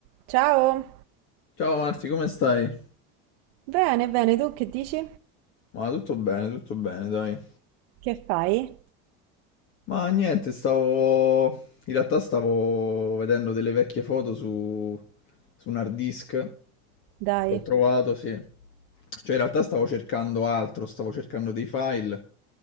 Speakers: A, on the right; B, on the left.
A: Ciao!
B: Ciao Marti, come stai?
A: Bene, bene, tu che dici?
B: Ma tutto bene, tutto bene, dai.
A: Che fai?
B: Ma niente, stavo... In realtà stavo vedendo delle vecchie foto su, su un hard disk.
A: Dai,
B: L'ho trovato, sì. Cioè, in realtà stavo cercando altro, stavo cercando dei file